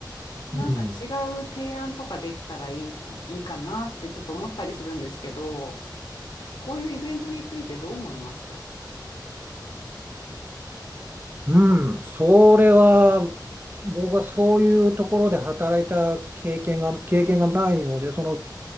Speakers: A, on the left (about 80°); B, on the right (about 25°).
A: なんか違う提案とかできたらいい、
B: うん。
A: いいかなってちょっと思ったりするんですけど、こういうイベントについてどう思います
B: うん。それは、僕はそういうところで働いた経験が、経験がないので、その